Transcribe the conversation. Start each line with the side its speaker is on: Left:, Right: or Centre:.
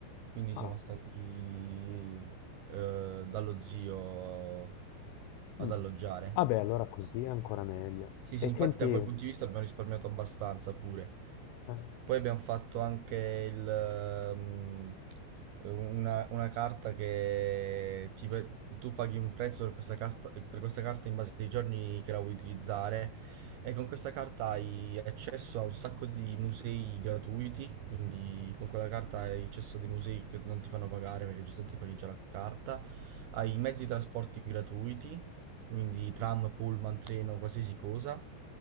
Right: quindi
Left: Ah,
Right: siamo stati eh, dallo zio ad
Left: mm.
Right: alloggiare.
Left: Vabbè, allora così è ancora meglio.
Right: Sì,
Left: E
Right: sì,
Left: senti,
Right: infatti da
Left: eh,
Right: quel punto di vista abbiamo risparmiato abbastanza pure.
Left: eh,
Right: Poi abbiamo fatto anche il, ehm, una, una carta che ti pe- tu paghi un prezzo per questa, casta- per questa carta in base ai giorni che la vuoi utilizzare e con questa carta hai accesso a un sacco di musei gratuiti, quindi con quella carta hai accesso a dei musei che non ti fanno pagare perché giustamente paghi già la carta, hai i mezzi di trasporti gratuiti, quindi
Left: mm,
Right: tram, pullman, treno, qualsiasi cosa,